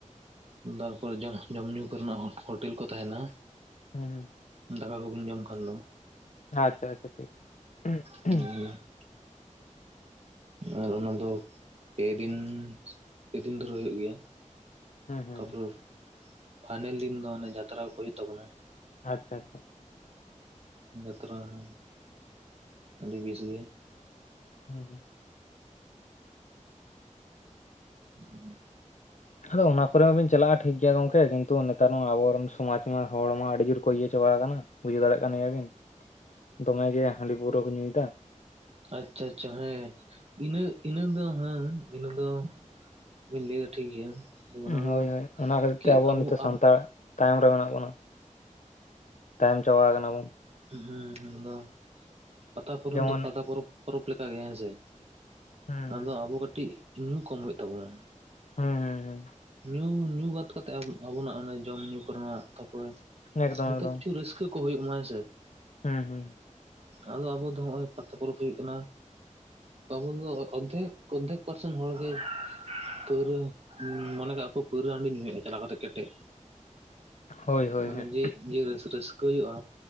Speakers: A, on the right; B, on the left.
A: ᱛᱟᱨᱯᱚᱨᱮ ᱡᱚ ᱡᱚᱢ ᱧᱩ ᱠᱚᱨᱮᱱᱟᱜ ᱦᱳᱴᱮᱞ ᱠᱚ ᱛᱟᱦᱮᱱᱟ
B: ᱦᱩᱸ ᱦᱩᱸ
A: ᱟᱠᱟ ᱠᱚᱵᱤᱱ ᱡᱟᱢ ᱠᱷᱟᱱ ᱫᱚ
B: ᱟᱪᱪᱷᱟ ᱟᱪᱪᱷᱟ ᱴᱷᱤᱠ ᱦᱩᱸ
A: ᱦ <unintelligible> ᱟᱨ ᱚᱱᱟᱫᱚ ᱯᱮᱫᱤᱱ ᱯᱮᱫᱤᱱ ᱫᱷᱚᱨᱮ ᱦᱩᱭᱩᱜ ᱜᱮᱭᱟ
B: ᱦᱩᱸ
A: ᱛᱟᱯᱚᱨ ᱯᱷᱟᱭᱱᱮᱞ ᱫᱤᱱ ᱫᱚ ᱚᱱᱮ ᱡᱟᱛᱨᱟ ᱠᱚ ᱦᱩᱭᱩᱜ ᱛᱟᱵᱚᱱᱟ
B: ᱟᱪᱪᱷᱟ ᱟᱪᱪᱷᱟ
A: ᱡᱟᱛᱨᱟ ᱦᱚᱸ ᱟᱹᱰᱤ ᱵᱮᱥ ᱜᱮ
B: ᱦᱩᱸ ᱦᱩᱸ
A: ᱦᱸ <unintelligible>
B: ᱟᱫᱚ ᱚᱱᱟ ᱠᱚᱨᱮ ᱢᱟᱵᱤᱱ ᱪᱟᱞᱟᱜᱼᱟ ᱴᱷᱤᱠ ᱜᱮᱭᱟ ᱜᱚᱝᱠᱮ ᱠᱤᱱᱛᱩ ᱱᱮᱛᱟᱨ ᱢᱟ ᱟᱵᱚᱨᱮᱱ ᱥᱚᱢᱟᱡ ᱢᱟ ᱦᱚᱲ ᱢᱟ ᱟᱹᱰᱤ ᱡᱳᱨ ᱠᱚ ᱤᱭᱟᱹ ᱪᱟᱵᱟ ᱠᱟᱱᱟ ᱵᱩᱡᱷᱟᱹᱣ ᱫᱟᱲᱮᱭᱟᱜ ᱠᱟᱱ ᱜᱮᱭᱟᱵᱤᱱ ᱫᱚᱢᱮᱜ ᱜᱮ ᱦᱟᱺᱰᱤ ᱯᱟᱹᱣᱨᱟᱹ ᱠᱚ ᱧᱩᱭᱮᱫᱟ
A: ᱟᱪᱪᱷᱟ ᱟᱪᱪᱷᱟ ᱦᱮᱸ ᱤᱱᱟᱹ ᱤᱱᱟᱹ ᱫᱚ ᱦᱮᱸ ᱤᱱᱟᱹ ᱫᱚ ᱵᱤᱱ ᱞᱟᱹᱭᱟ ᱴᱷᱤᱠ ᱜᱮᱭᱟ ᱟᱫᱚ ᱚᱱᱟ
B: ᱦᱳᱭ
A: ᱫᱚ
B: ᱦᱳᱭ ᱚᱱᱟ ᱠᱷᱟᱹᱛᱤᱨ ᱛᱮ
A: ᱠᱤ
B: ᱟᱵᱚ ᱱᱤᱛᱚᱜ
A: ᱟᱵ
B: ᱥᱟᱱᱛᱟᱲ ᱛᱟᱭᱚᱢ ᱨᱮ ᱢᱮᱱᱟᱜ ᱵᱚᱱᱟ ᱛᱟᱭᱚᱢ ᱪᱟᱵᱟᱣ ᱠᱟᱱᱟ ᱵᱚᱱ
A: ᱦᱩᱸᱸ <unintelligible> ᱯᱟᱛᱟ ᱯᱚᱨᱚᱱ
B: ᱡᱮᱢᱚᱱ
A: ᱫᱚ ᱯᱟᱛᱟ ᱯᱚᱨᱚᱵᱽ ᱯᱚᱨᱚᱵᱽ ᱞᱮ ᱞᱮᱠᱟᱜᱮ ᱦᱮᱸᱥᱮ
B: ᱦᱩᱸ
A: ᱟᱫᱚ
B: ᱦᱩᱸ
A: ᱟᱵᱚ ᱠᱟᱹᱴᱤᱡ ᱧᱩ ᱠᱚᱢ ᱦᱩᱭᱩᱜ ᱛᱟᱵᱚᱱᱟ
B: ᱦᱮᱸ ᱦᱮᱸ ᱦᱮᱸ
A: ᱧᱩ ᱧᱩ ᱵᱟᱫ ᱠᱟᱛᱮ ᱟᱵᱚ ᱟᱵᱚᱱᱟᱜ ᱚᱱᱮ ᱡᱚᱢ ᱧᱩ ᱠᱚᱨᱮᱱᱟᱜ ᱛᱟᱨᱯᱚᱨᱮ
B: ᱦᱩᱸ ᱮᱠᱫᱚᱢ
A: ᱡᱚᱛᱚ
B: ᱮᱠᱫᱚᱢ
A: ᱠᱤᱪᱷᱩ ᱨᱟᱹᱥᱠᱟᱹ ᱠᱚ ᱦᱩᱭᱩᱜ ᱢᱟ ᱦᱮᱸᱥᱮ
B: ᱦᱩᱸ ᱦᱩᱸ
A: ᱟᱫᱚ ᱟᱵᱚ ᱫᱚ ᱱᱚᱜᱼᱚᱭ ᱯᱟᱛᱟ ᱯᱚᱨᱚᱵᱽ ᱦᱩᱭᱩᱜ ᱠᱟᱱᱟ ᱟᱵᱚ ᱫᱚ ᱚᱫᱫᱷᱮᱠ ᱚᱫᱫᱷᱮᱠ ᱯᱟᱨᱥᱮᱱᱴ ᱦᱚᱲ ᱜᱮ ᱯᱟᱹᱣᱨᱟᱹ ᱢᱚᱱᱮ ᱠᱟᱜᱼᱟ ᱯᱮ ᱯᱟᱹᱣᱨᱟᱹ ᱦᱟᱺᱰᱤ ᱧᱩᱭᱮᱫᱼᱟ ᱪᱟᱞᱟᱣ ᱠᱟᱛᱮᱫ ᱠᱮᱴᱮᱡ
B: ᱦᱳᱭ ᱦᱳᱭ
A: ᱢᱟᱱᱮ
B: ᱦᱮᱸ
A: ᱡᱮ ᱡᱮ ᱨᱟᱹᱥ ᱨᱟᱹᱥᱠᱟᱹ ᱦᱩᱭᱩᱜᱼᱟ